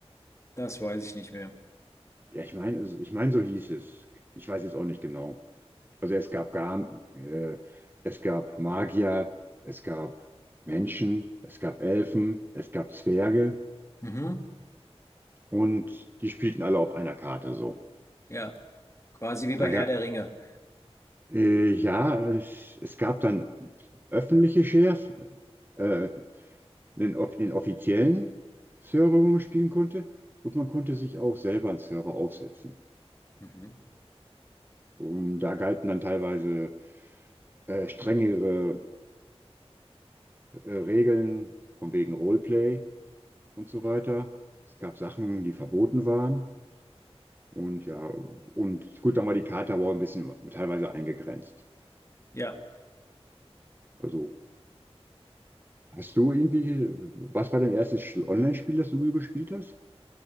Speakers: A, on the left (about 25°); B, on the right (about 20°).
A: Das weiß ich nicht mehr.
B: Ja, ich meine, also, ich meine, so hieß es. Ich weiß jetzt auch nicht genau. Also es gab gar, äh, es gab Magier, es gab Menschen, es gab Elfen, es gab Zwerge
A: Mhm.
B: und die spielten alle auf einer Karte so.
A: Ja, quasi wie bei
B: Da
A: Herr
B: ga,
A: der Ringe.
B: äh, ja, es, es gab dann öffentliche Shares. Äh, einen, off- einen offiziellen Server, wo man spielen konnte, und man konnte sich auch selber einen Server aufsetzen.
A: Mhm.
B: Und da galten dann teilweise äh, strengere äh, Regeln von wegen Roleplay und so weiter. Es gab Sachen, die verboten waren. Und ja, und gut, dann war die Karte aber auch ein bisschen teilweise eingegrenzt.
A: Ja.
B: Also, hast du irgendwie, was war dein erstes Sch- Online-Spiel, das du gespielt hast?